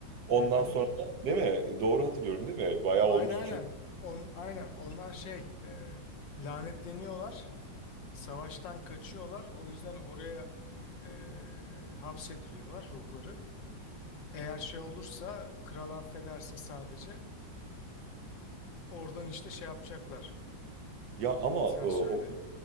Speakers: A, on the right; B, on the left.
A: Ondan
B: Hı hı.
A: sonra da- değil mi? Doğru hatırlıyorum değil mi? Bayağı
B: Aynen
A: olmuştu
B: aynen.
A: çünkü.
B: On, aynen onlar şey e, lanetleniyorlar. Savaştan kaçıyorlar. O yüzden oraya e, hapsediliyorlar ruhları. Eğer şey olursa kral affederse sadece oradan işte şey yapacaklar.
A: Ya ama e,
B: Sen
A: o
B: söyle.